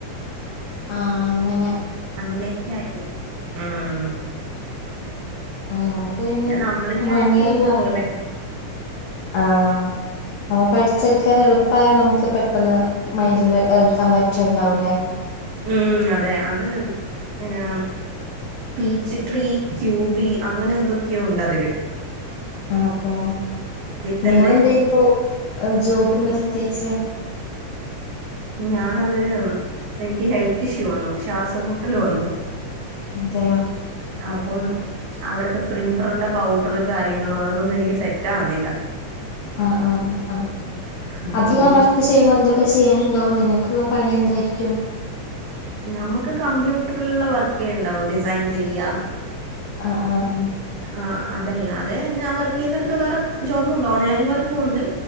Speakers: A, on the left; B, on the right.
A: ആഹ് അങ്ങനെ
B: അങ്ങനെയൊക്കെ ആയിട്ടെ ആഹ്
A: ആഹ് നമക്ക് പിന്നെ
B: നമ്മള് ക്യാച്ച്
A: വൺ ഇയർ
B: ചെയ്യുന്ന
A: ക്ലാസാ
B: പോലെ
A: ആ അപ്പൊ പഠിച്ചെടുക്കാൻ എളുപ്പായാ നമുക്ക് പെട്ടെന്ന് മൈൻഡില് എടുക്കാൻ പറ്റ്ണ്ടാവൂലേ?
B: ഉം അതെ അത് പിന്നെ പീച്ച് ട്രീ ക്യൂബി അങ്ങനെ എന്തൊക്കെയോണ്ടതില്
A: അതെ
B: തന്നെ
A: നിങ്ങെളെന്തേ ഇപ്പൊ ഏ ജോബ് നിർത്ത്യേച്ചേ?
B: ഞാനത് എനിക്ക് ഹെൽത്ത് ഇഷ്യൂ വന്നു. ശ്വാസംമുട്ടൽ വന്നു.
A: അതെയ
B: അപ്പം അവിടത്തെ പ്രിന്ററിന്റെ പൗഡറ് കാര്യങ്ങളും അതൊന്നും എനിക്ക് സെറ്റ് ആവുന്നില്ല.
A: ആഹ് ആ ആ ആ ആ
B: അപ്പൊ
A: അതിലാ
B: പിന്നെ
A: വർക്ക് ചെയ്യുമ്പോ എന്തൊക്കെ ചെയ്യാനുണ്ടാവും നിങ്ങൾക്കുള്ള പണി എന്തായിരിക്കും?
B: നമുക്ക് കമ്പ്യൂട്ടറിലുള്ള വർക്കേ ണ്ടാവും. ഡിസൈൻ ചെയ്യാ
A: ആഹ് ആഹ് ആഹ്
B: ആ അതല്ലാതെ ഞാൻ വർക്ക് ചെയ്യുന്നെടക്ക്‌ വേറെ ജോബും ഉണ്ട് ഓൺലൈൻ വർക്കും ഉണ്ട്.